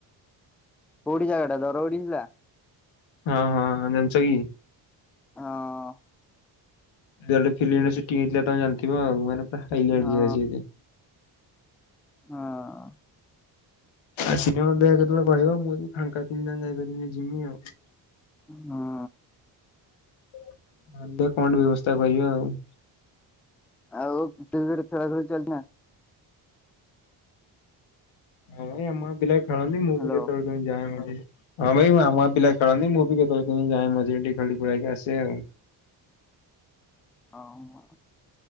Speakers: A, in the centre; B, on the left.
A: କୋଉିଠି ଜାଗାଟା ଦରଉଡି <unintelligible>
B: ହଁ-ହଁ-ହଁ ଜାଣିଚ କି?
A: ହଁ।
B: <unintelligible> ଗୋଟେ ଫିଲ୍ମ ଟେ ସୁଟିଙ୍ଗ ହେଇଥିଲା ତମେ ଜଣିଥିବ ଆଉ, ମାନେ ପୁରା ହାଇଲାଇଟ୍
A: ହଁ
B: ଜାଗା <unintelligible>
A: ହଁ।
B: ଆସିି କି ମଧ୍ୟ କେତେବେଳେ କହିବ ମୁଁ ଯଦି ଫାଙ୍କାଥିମି ତାହେଲେ ଯାଇପାରିବି ଯିମି ଆଉ।
A: ହଁ।
B: <unintelligible> କଣ ଗୋଟେ ବ୍ୟବସ୍ଥା କରିବା ଆଉ।
A: ଆଉ କ୍ରିକେଟ ଫ୍ରିକେଟ ଖେଳା ଖେଳି ଚାଲି ନା।
B: ହଁ ଆମ ଗାଁ ପିଲା ଖେଳନ୍ତି ମୁଁ
A: ହ୍ୟାଲୋ
B: ବି କେତୋବେଳେ କେମିତି ଯାଏ ମଝିରେ। ହଁ ବା ଏଇ ଆମ ଗାଁ ପିଲା ଖେଳନ୍ତି ମୁଁ ବି କେତେବେଳେ କେମିତି ଯାଏ ମଝିରେ ଟିକେ ଖେଳି ଖୁଳାକି ଆସେ ଆଉ।
A: ହଁ ହଁ।